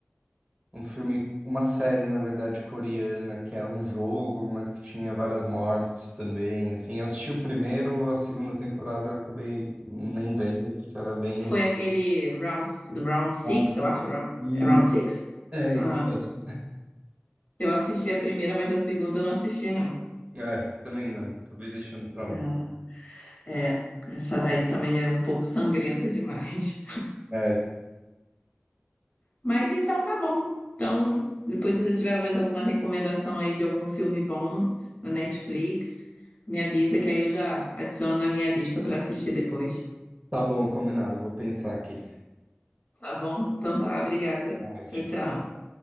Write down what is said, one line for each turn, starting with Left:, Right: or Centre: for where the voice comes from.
Right: um filme, uma série, na verdade, coreana, que era um jogo, mas que tinha várias mortes também. Assim, eu assisti o primeiro, a segunda temporada eu acabei nem vendo, porque era bem.
Left: foi aquele round, si, round six,
Right: Não,
Left: eu acho, é round,
Right: E
Left: é round six?
Right: é
Left: Ah,
Right: isso mesmo.
Left: eu assisti a primeira, mas a segunda eu não assisti, não.
Right: É, também não. Acabei deixando pra lá.
Left: Ah, é, essa daí também é um pouco sangrenta demais.
Right: É,
Left: Mas então tá bom. Então, depois se você tiver mais alguma recomendação aí de algum filme bom na Netflix, me avisa que aí eu já adiciono na minha lista para assistir depois.
Right: tá bom, combinado. Vou pensar aqui.
Left: Tá bom? Então tá, obrigada.
Right: Ah, eu assisti
Left: Tchau, tchau.